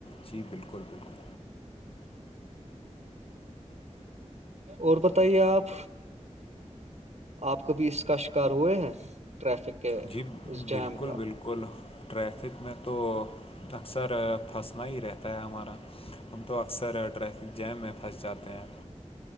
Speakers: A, on the left; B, on the right.
A: جی بالکل بالکل
B: اور بتائیے آپ آپ ک بھیھی اس کا شکار ہوئے ہیں ٹریفک کے
A: جی
B: اس جیم
A: بالکل
B: کا
A: بالکل ٹریفک میں تو اکثر پھنسنا ہی رہتا ہے ہمارا ہم تو اکثر ٹریفک جیم میں پھنس جاتے ہیں